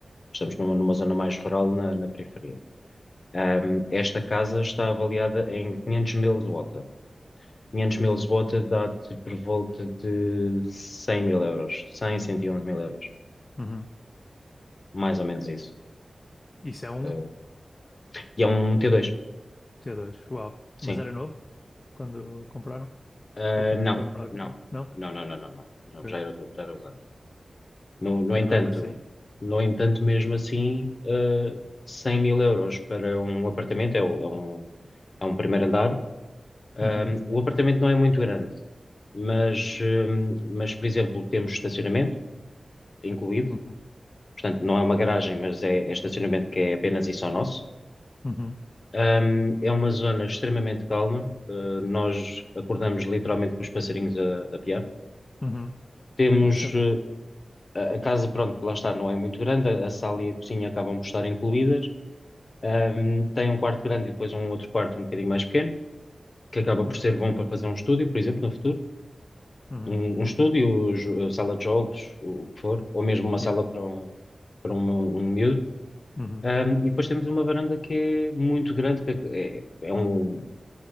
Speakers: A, on the left; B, on the left.
A: estamos numa, numa zona mais rural na, na periferia. Ahm, esta casa está avaliada em 500 mil zloty. 500 mil zloty dá-te por volta de 100 mil euros, cem cento e onze mil euros,
B: Uhum.
A: mais ou menos isso.
B: Isso é um
A: Eh, e é um t dois.
B: T2, uau.
A: sim.
B: Mas era novo quando compraram?
A: Ah,
B: Ou quando
A: não,
B: a tua namorada
A: não,
B: comprou? Não?
A: não, não, não, não, não, Não,
B: Ok.
A: já era, já era usado. No, no
B: É
A: entanto,
B: mesmo assim.
A: no entanto, mesmo assim, ah, 100 mil euros para um apartamento é, o- é um, é um primeiro andar. Ah,
B: Uhum,
A: o apartamento não é muito grande, mas, hum, mas, por exemplo, temos estacionamento incluído,
B: uhum,
A: portanto, não é uma garagem, mas é, é estacionamento que é apenas e só nosso.
B: uhum,
A: Um, é uma zona extremamente calma. Uh, nós acordamos literalmente com os passarinhos a, a piar.
B: uhum.
A: Temos,
B: Altamente.
A: uh, A, a casa, pronto, lá está, não é muito grande, a, a sala e a cozinha acabam por estar incluídas. Ahm, tem um quarto grande e depois um outro quarto um bocadinho mais pequeno, que acaba por
B: Uhum,
A: ser bom para fazer um estúdio, por exemplo, no futuro.
B: uhum,
A: Um, um estúdio, jo- sala de jogos, o, o que for, ou mesmo uma sala
B: yeah,
A: para um, para uma- um miúdo.
B: uhum.
A: Ahm, e depois temos uma varanda que é muito grande, que é, é é um,